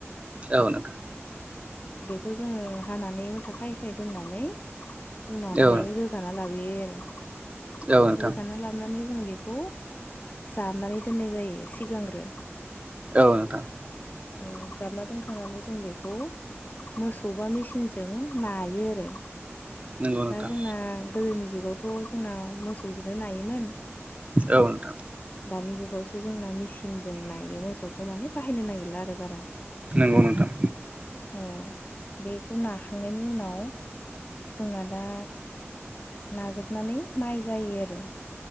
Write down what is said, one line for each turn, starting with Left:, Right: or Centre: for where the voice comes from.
Right: औ नोंथां।
Left: खौ जोङो हानानै थाखैखायै दोननानै उनावहाय
Right: औ नोंथां
Left: रोगाना लागोन। आरो
Right: औ नोंथां
Left: रोगाना लाबानै जों बेखौ जाबनानै दोननाय जायो सिगांग्रो
Right: औ नोथां।
Left: औ जामना दोनखांनानै जों बेखौ मोसौ बा मेचिनजों नायो आरो।
Right: नंगौ नोंथां
Left: दा जोंना गोदोनि जुगावथ' जोंना मोसौजोंनो नायोमोन।
Right: औ नोंथां।
Left: दानि जुगावसो जोंना मेसिनजों नायो मोसौखौ माने बाहायनो नागिरला आरो बारा
Right: नोंगौ नोंथां।
Left: औ बेखौ नाखांनायनि उनाव जोंना दा नाजोबनानै माइ जायो आरो